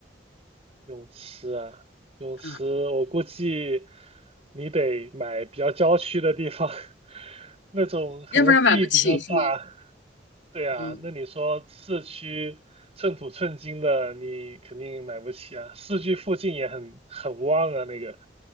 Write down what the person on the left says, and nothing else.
啊，
要不然买不起是吗？
哦